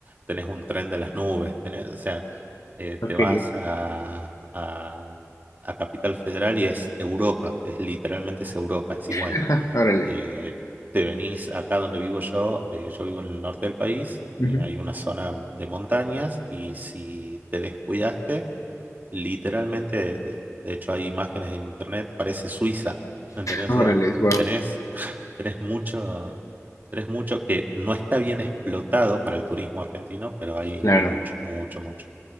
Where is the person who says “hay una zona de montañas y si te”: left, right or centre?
Right